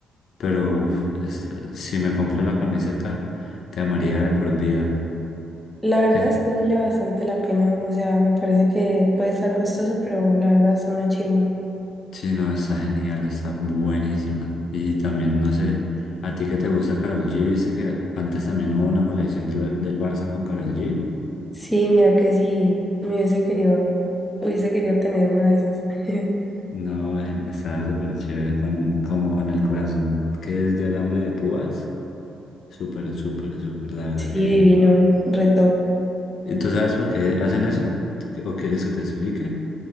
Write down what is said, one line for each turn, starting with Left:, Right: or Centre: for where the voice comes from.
Left: pero uf, es- si me compras la camiseta, te amaría de por vida.
Centre: La verdad es
Left: <laughs>
Centre: que vale bastante la pena. O sea, me parece que puede estar costoso, pero la verdad está una chimba.
Left: Sí, no, está genial, está buenísima. Y también, no sé, a ti que te gusta Karol G, viste que antes también hubo una colección de la- del Barça con Karol G.
Centre: Sí, mira que sí, me hubiese querido, hubiese querido tener una de esas. <laughs>
Left: No, en- estaba súper chévere, con, como con el corazón que es de alambre de púas. Súper, súper, súper, la verdad
Centre: Sí,
Left: que...
Centre: divino, re top.
Left: ¿Y tú sabes por qué hacen eso? ¿O quieres que te explique?